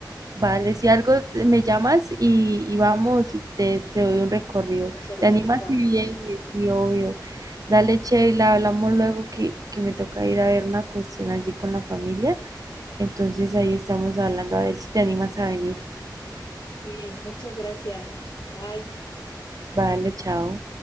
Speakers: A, on the right; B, on the left.
A: vale, si algo me llamas y, y vamos y te, te doy un recorrido.
B: Nos organizamos.
A: ¿Te animas? Sí, bien, sí, obvio. Dale, Sheila, hablamos luego que, que me toca ir a ver una cuestión allí con la familia. Entonces ahí estamos hablando a ver si te animas a venir.
B: Sí, muchas gracias. Bye.
A: Vale, chao.